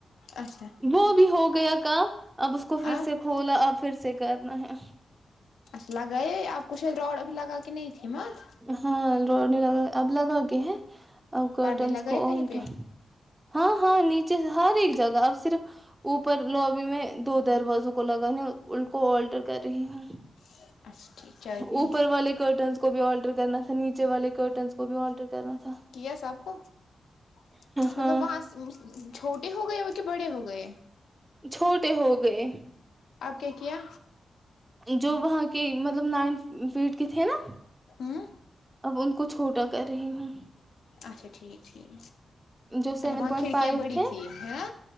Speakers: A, on the left; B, on the right.
A: اچھا
B: وہ بھی ہو گیا کام اب اس کو پھر
A: آپ
B: سے کھولا اب پھر سے کرنا ہے
A: اچھا لگا آپ کچھ روڈ اب لگا کہ نہیں تھی مت
B: ہاں لوڑنے لگا اب لگا کے ہیں اب کرڈنس
A: پردے لگائے
B: کو
A: کہیں
B: آٹ
A: پہ
B: ہاں ہاں نیچے سے ہر ایک جگہ اب صرف اوپر لوبی میں دو دروازوں کو لگانے ان کو آولٹر کر رہی ہوں
A: <unintelligible> اچھا چائے ٹھیک پی
B: اوپر والے کرٹنس کو بھی آلٹر کرنا تھا نیچے والے کرٹنس کو بھی آلٹر کرنا تھا
A: کیا سب کو مطلب
B: ہاں
A: وہاں چھوٹے ہو گئے ہو کہ بڑے ہو گئے ہے
B: چھوٹے ہو گئے
A: آپ کیا کیا
B: جو وہاں کے مطلب نائن فیٹ کے تھے نا
A: ہوں
B: اب ان کو چھوٹا کر رہی ہوں
A: اچھا ٹھیک ٹھیک
B: جو سیون
A: وہاں
B: پوائنٹ
A: کھڑکیاں
B: فائیو
A: بڑی
B: تھے
A: تھی ہے نا